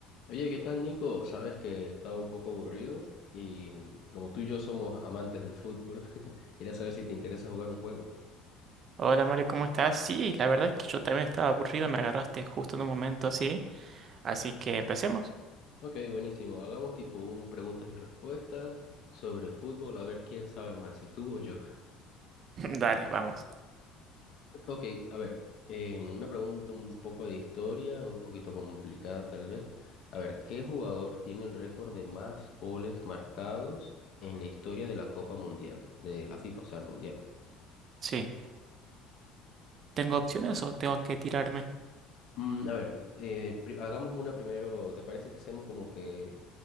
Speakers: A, on the left; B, on the right.
A: Oye, ¿qué tal, Nico? Sabes que estaba un poco aburrido y mm, como tú y yo somos amantes del fútbol, <laughs> quería saber si te interesa jugar un juego.
B: Hola Mario, ¿cómo estás? Sí, la verdad es que yo también estaba aburrido, me agarraste justo en un momento así, así que empecemos.
A: Ok, buenísimo. Hagamos tipo un preguntas y respuestas sobre fútbol, a ver quién sabe más, si tú o yo.
B: <laughs> Dale, vamos.
A: Ok, a ver, eh, una pregunta un poco de historia, un poquito complicada tal vez. A ver, ¿qué jugador tiene el récord de más goles marcados en la historia de la Copa Mundial, de la FIFA, o sea, el Mundial?
B: Sí, ¿tengo opciones o tengo que tirarme?
A: Mm, a ver, eh, pri- hagamos una primero. ¿Te parece si hacemos como que